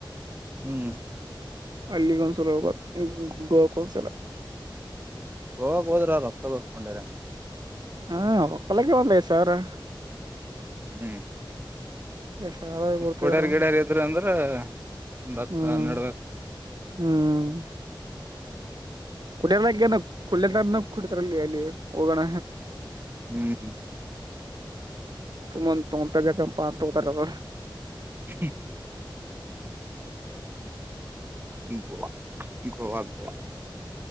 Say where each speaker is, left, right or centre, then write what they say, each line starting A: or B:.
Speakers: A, on the right; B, on the right.
A: ಹ್ಮ್
B: ಅಲ್ಲಿಗೊಂದುಸಲ ಹೋಗ್ಬೇಕ್ <inaudible> ಗೋವಾಕ್ಕೆ ಒಂದಸಲ
A: ಗೋವಾ ಹೋದ್ರ ರೊಕ್ಕ ಬಕೊಂಡರ.
B: ಹಾಕ್ಕಲಕ್ಕೆ ಒಂದ ಸಾವಿರ..
A: ಹ್ಮ್.
B: ಐದ್ ಸಾವಿರ ಬರ್ತೇವ್ರ
A: ಕೊಡ್ಯಾರ್ ಗಿಡಾರ್ ಇದ್ರರು ಅಂದ್ರ.. ಒಂದ್ ಹತ್
B: ಹ್ಮ್
A: ಹನ್ನೆರಡು
B: ಹ್ಮ್.. ಕುಡದ ನ ಕುುಡದ ನ ಕುಟ್ಟತಲ್ಲಿ ಅಲ್ಲಿ ಹೋಗೋಣ.
A: ಹ್ಮ್
B: ಸುಮನ್ ಪಂತಗಕ ಪಾಂತದ..
A: <unintelligible> <unintelligible>